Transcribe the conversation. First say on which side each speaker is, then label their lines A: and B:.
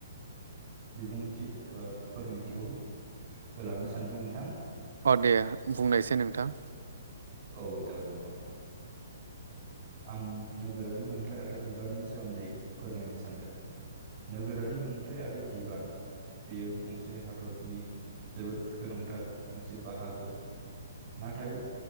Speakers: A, on the right; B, on the right.
A: बिबुंथि एबा फोरमायथिखौ होलांनो सानदों नोंथां
B: अ दे बुंनायसाय नोंथां
A: औ जागोन नोंथां आं नोगोरारि मोनथाय आरो बिबाननि सोमोन्दै फोरमायनो सानदों नोगोरारि मोनथाय आरो बिबान बेयो गंसे हादरनि जोबोद गोनांथार मोनसे बाहागो नाथाय